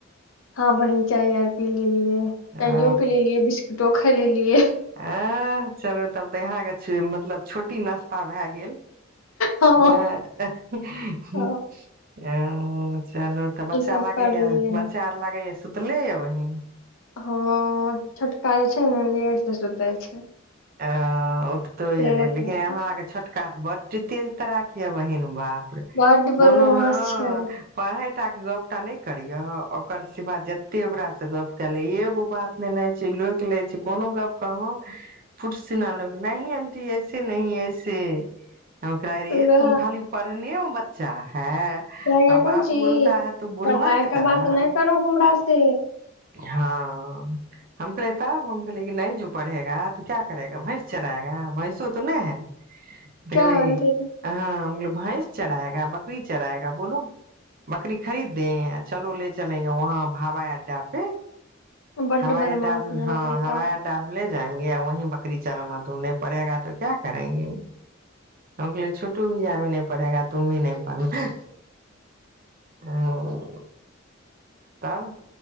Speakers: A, on the left; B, on the right.
A: हँ बहिन चाय आर पी लेलियै चाययो
B: ओ
A: पी लेलियै बिस्कुट टो खायलेलियै
B: आ चलू तब तऽ यहाँके मतलब छोटी नास्ता भऽ गेल
A: हँ
B: नहि
A: हँ
B: <unintelligible> चलू तऽ बच्चा
A: ई सब
B: लागे
A: कर लेलियै
B: यै बच्चा आर लागे य सुतले यै बहिन
A: हँ छोटका जे छै ने लेट से सुते छै
B: अ उठतो
A: सैह
B: एलै लेकिन
A: बात।
B: अहाँके छोटका बड्ड तेज तराक यै बहिन बाप
A: बड बदमाश
B: कोनो हँ
A: छै
B: पढ़य एकटा के गपटा नहि करिय ओकर सिवा जते ओकरासँ गप क ल एगो बात नेनाइ छै लोकि लै छै कोनो गप कहलौं फुटसिना लोकि नहि आंटि ऐसे नहि ऐसे हम कहै रहियै
A: पूरा
B: तुम खाली पढ़ने बच्च चा है
A: कहेगा
B: आ बात
A: कोन चीज
B: बोलता है तू बुढ़बा
A: पढ़ाइ
B: के तरह
A: बात नहि करो हमरा से
B: हँ हम कहले तब हम कहले नहि जो पढ़ेगा त क्या करेगा भैंस चढ़एगा भैंसो तऽ नहि है तऽ
A: क्या
B: कहलक कि
A: हलते
B: अहाँ हम भैंस चराएगा बकरी चराएगा बोलो बकरी खरीद दे चलो ले चलेंगे वहाँ हवाई अड्डा पे
A: बड्ड
B: हवाई
A: बदमाश
B: अड्डा
A: मेरा
B: हँ
A: बेटा
B: हवाई अड्डा अपने <unintelligible> वी बकरी चलाना तू नहि पढ़ेगा तो क्या करेंगे गेल छुटू भीयभी नहि पढ़ेगा तुम भी नहि पढ़ना ओ तँ